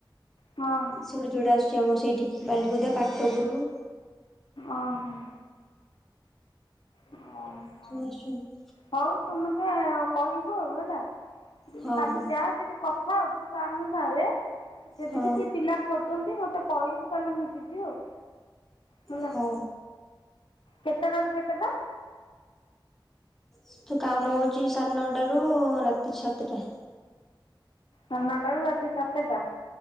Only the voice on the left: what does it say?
ହଁ।
ଓ ହୋ। ଓହ।
ହଉ ତୁ ମତେ କହିବୁ ଆଉ ହେଲା। ଯଦି
କାଲି
ଯା ଯଦି କଥା ହବୁ ସାରଙ୍କ ସାଙ୍ଗରେ ଯଦି
ବିି ସେ ପିଲା ଖୋଜନ୍ତି ମତେ କହିବୁ ତାହେଲେ ମୁଁ ଯିବି ଆଉ। ହେଲା।
କେତେଟାରୁ କେତେଟା?
ସାଢ଼େ ନଅଟା ରୁ ରାତି ସାତଟା।